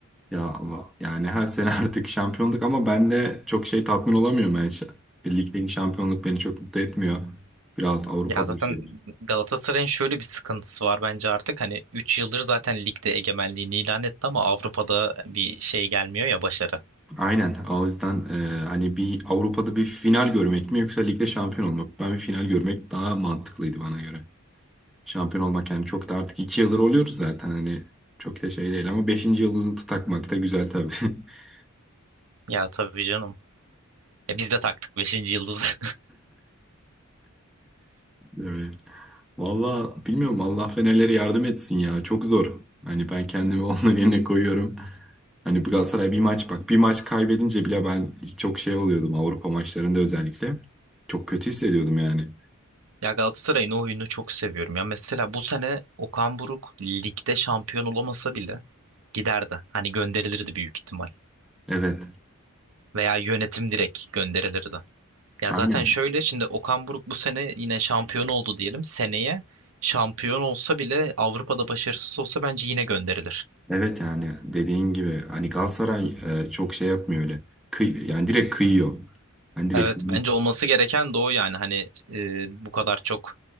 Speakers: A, in the centre; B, on the right.
A: Ya ama yani her sene <laughs> artık şampiyonluk ama ben de çok şey tatmin olamıyorum. Ben şa- ligdeki şampiyonluk beni çok mutlu etmiyor. Biraz Avrupa'da
B: Ya zaten
A: bir şeyler.
B: Galatasaray'ın şöyle bir sıkıntısı var bence artık. Hani 3 yıldır zaten ligde egemenliğini ilan etti ama Avrupa'da bir şey gelmiyor ya başarı.
A: Aynen. O yüzden e, hani bir Avrupa'da bir final görmek mi yoksa ligde şampiyon olmak mı? Ben bir final görmek daha mantıklıydı bana göre. Şampiyon olmak yani çok da artık iki yıldır oluyoruz zaten hani çok da şey değil ama beşinci yıldızı da takmak da güzel tabii. <laughs>
B: Ya tabii canım. Ya biz de taktık beşinci yıldızı.
A: Evet. Valla bilmiyorum Allah Fenerlere yardım etsin ya. Çok zor. Hani ben kendimi <laughs> onların yerine koyuyorum. Hani bu Galatasaray bir maç bak bir maç kaybedince bile ben çok şey oluyordum Avrupa maçlarında özellikle. Çok kötü hissediyordum yani.
B: Ya Galatasaray'ın o oyunu çok seviyorum. Ya mesela bu sene Okan Buruk ligde şampiyon olamasa bile giderdi. Hani gönderilirdi büyük ihtimal.
A: Evet.
B: Veya yönetim direkt gönderilirdi. Ya
A: Aynen.
B: zaten şöyle şimdi Okan Buruk bu sene yine şampiyon oldu diyelim. Seneye şampiyon olsa bile Avrupa'da başarısız olsa bence yine gönderilir.
A: Evet yani dediğin gibi hani Galatasaray e, çok şey yapmıyor öyle. Kıy yani direkt kıyıyor. Hani direkt
B: Evet bence olması gereken de o yani hani e, bu kadar çok